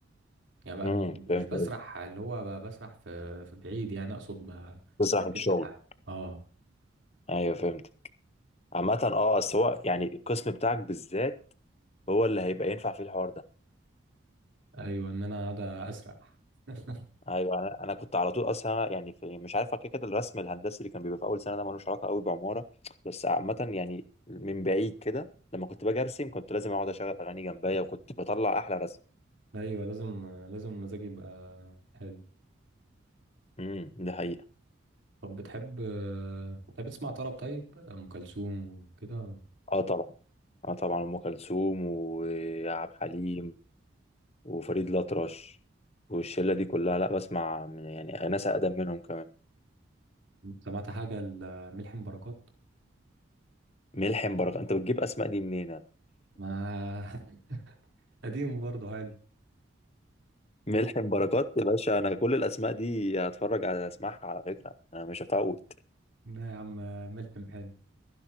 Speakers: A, on the right (about 65°); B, on the left (about 30°).
A: يعني بقى
B: امم
A: م- مش
B: فهمت
A: بسرح
B: قصدك.
A: اللي هو ب- بسرح في في بعيد يعني اقصد ب-
B: تسرح
A: بركز
B: من الشغل
A: في الحاجه اه
B: ايوه فهمت عامة اه بس هو يعني القسم بتاعك بالذات هو اللي هيبقى ينفع فيه الحوار ده
A: ايوه ان انا قاعد اسرح <laughs>
B: ايوه انا انا كنت على طول اصلا يعني في مش عارف كده كده الرسم الهندسي اللي كان بيبقى في اول سنه ده ملوش علاقه قوي بعماره بس عامه يعني من بعيد كده لما كنت باجي ارسم كنت لازم اقعد اشغل اغاني جنبيا وكنت بطلع احلى رسم
A: ايوه لازم لازم المزاج يبقى حلو
B: امم دي حقيقة
A: طب بتحب بتحب تسمع طرب طيب ام كلثوم وكده
B: اه طبعا اه طبعا ام كلثوم وعبد الحليم وفريد الأطرش والشلة دي كلها لا بسمع من يعني ناس أقدم منهم كمان
A: سمعت حاجه لملحم بركات
B: ملحم بركات أنت بتجيب أسماء دي منين؟
A: ما <laughs> قديم برضه حلو
B: ملحم بركات يا باشا أنا كل الأسماء دي هتفرج على أسمعها على فكرة أنا مش هفوت
A: لا يا عم ملحم حلو